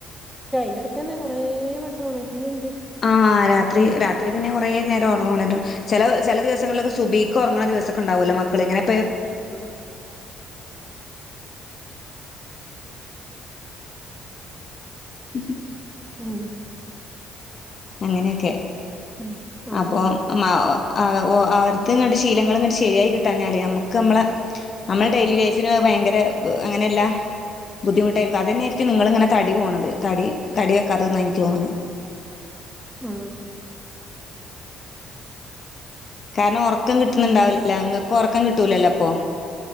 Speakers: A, in the centre; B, on the left.
A: അയിന്റെടുത്തെന്നെ കൊറേ വട്ടം ഒണര്ണിണ്ട്
B: ആ രാത്രി രാത്രിപിന്നെ കൊറേ നേരഒണരും ചെല ചെല ദിവസങ്ങളിലൊക്കെ സുബിക്കൊർ ങ്ങ്ണ ദിവസ ക്കെണ്ടാവോല്ലോ മക്കള്ങ്ങനെ
A: ആ.
B: <inaudible>
A: മ്
B: അങ്ങനെക്കെ
A: ഉം ആഹ്
B: അപം
A: ആഹ്
B: മ വ് അ അവർതെങ്ങട് ശീലങ്ങളങ്ങട് ശീ ശെരിആയി കിട്ടാഞ്ഞാല് അമുക്ക് അമ്മള അമ്മള ഡെയ്ലി ലൈഫിനു അത് ഭയങ്കര അങ്ങനെല്ല ബുദ്ധിമുട്ടായ്ക്കും അതന്നെആയിരിക്കും നിങ്ങള് ങ്ങനെ തടി പോണത് തടി തടി വെക്കാത്തെ ന്നാ എനിക്ക്ഓന്ന്ണ്
A: ആ
B: കാരണം ഒറക്കം കിട്ട്ണണ്ടാഊല
A: പിന്നെ
B: ങ്ങക്ക് ഒറക്കം കിട്ടൂലല്ലോ പ്പൊ